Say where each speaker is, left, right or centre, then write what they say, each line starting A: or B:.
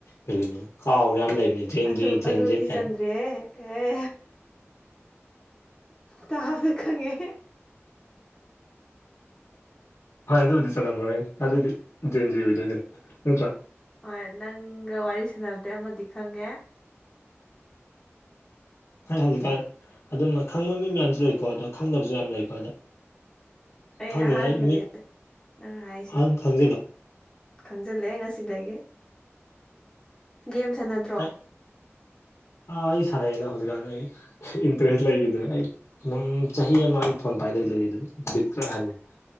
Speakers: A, on the left; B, on the left.
A: ꯃꯤꯂꯦꯅꯤꯌꯦꯜ ꯀꯥꯎꯔꯦ ꯌꯥꯝ ꯂꯩꯕꯅꯦ ꯖꯦꯟꯖꯤ
B: ꯑꯗꯨ
A: ꯖꯦꯟꯖꯦꯠ
B: ꯑꯗꯨꯗꯤ
A: ꯀꯥꯏꯅ
B: ꯆꯟꯗ꯭ꯔꯦꯍꯦ ꯑꯦ ꯇꯥꯕꯗꯥ ꯈꯪꯉꯦ
A: ꯍꯣꯏ ꯑꯗꯨꯕꯨꯗꯤ ꯆꯜꯂꯝꯃꯣꯏ ꯑꯗꯨꯗꯤ ꯖꯦꯟꯖꯤ ꯑꯣꯏꯗꯣꯏꯅꯦ ꯅꯠꯇ꯭ꯔꯥ
B: ꯍꯣꯏ ꯅꯪꯒ ꯋꯥꯔꯤ ꯁ꯭ꯅꯕꯗꯩ ꯑꯃꯗꯤ ꯈꯪꯉꯦ
A: ꯍꯣꯏ ꯍꯧꯖꯤꯛꯀꯥꯟ ꯑꯗꯨꯝꯕ ꯈꯪꯕ ꯃꯤ ꯃꯌꯥꯝꯁꯨ ꯂꯩꯀꯣ ꯑꯗꯣ ꯈꯪꯗꯕꯁꯨ ꯌꯥꯝ ꯂꯩꯀꯣ ꯑꯗ
B: ꯑꯩ
A: ꯈꯪꯗꯦꯗ
B: ꯑꯍꯥꯟꯕꯅꯦ
A: ꯃꯤ
B: ꯅꯪ ꯍꯥꯏꯁꯦ
A: ꯑꯗꯨꯝ ꯈꯪꯖꯤꯜꯂꯣ
B: ꯈꯪꯖꯤꯜꯂꯦ ꯉꯁꯤꯗꯒꯤ ꯒꯦꯝ ꯁꯥꯟꯅꯗ꯭ꯔꯣ
A: ꯑ ꯑꯩ ꯁꯥꯟꯅꯩꯌꯦ ꯍꯧꯖꯤꯛꯀꯥꯟꯗꯤ ꯏꯟꯇꯔꯦꯁ ꯂꯩꯈꯤꯗ꯭ꯔꯦ ꯑꯩ ꯆꯍꯤ ꯑꯃ ꯑꯩ ꯐꯣꯟ ꯄꯥꯏꯗꯕꯤ ꯂꯩꯔꯨꯔꯦ ꯕꯤꯠ ꯂꯣꯢ ꯍꯟꯒ꯭ꯔꯦ